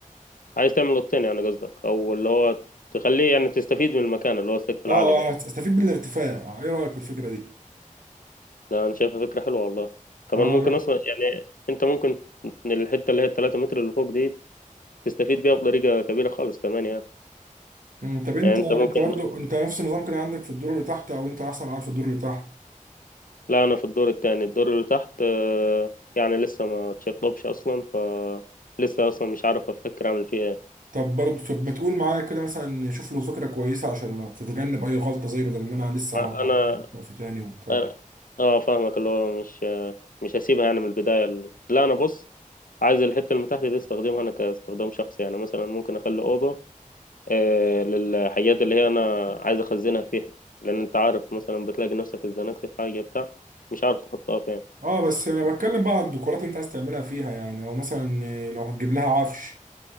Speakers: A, on the left; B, on the right.
A: عايز تعمل أوضتين يعني قصدك أو اللي هو تخليه يعني تستفيد من المكان اللي هو السقف العالي
B: اه آه،
A: ده
B: انا استفيد من الارتفاع ايه رايك في الفكره دي؟
A: ده أنا شايفها فكرة حلوة والله كمان
B: اه
A: ممكن
B: لا
A: أصلا يعني أنت ممكن الحتة اللي هي التلاتة متر اللي فوق دي تستفيد بيها بطريقة كبيرة خالص كمان يعني.
B: مم، طب انت
A: يعني انت ممكن
B: انت برضه انت نفس النظام كده عندك في الدور اللي تحت او انت اصلا قاعد في الدور اللي تحت
A: لا انا في الدور التاني الدور اللي تحت آه، يعني لسه ما تشطبش اصلا ف لسه اصلا مش عارف افكر اعمل فيها ايه
B: طب برضه طب ما تقول معايا كده مثلا شوف له فكره كويسه عشان ما تتجنب اي غلطه زي بدل ما انا لسه
A: انا
B: ه- هعمل وقف تاني وبتاع
A: أنا- اه فاهمك اللي هو مش آه، مش هسيبها يعني من البداية لا انا بص عايز الحتة اللي تحت دي استخدمها انا كاستخدام شخصي يعني مثلا ممكن اخلي اوضة آه، للحاجات اللي هي انا عايز اخزنها فيها لان انت عارف مثلا بتلاقي نفسك اتزنقت في حاجة بتاع مش عارف تحطها فين
B: اه بس انا بتكلم بقى على الديكورات اللي انت عايز تعملها فيها يعني او مثلا آه، لو هتجيب لها عفش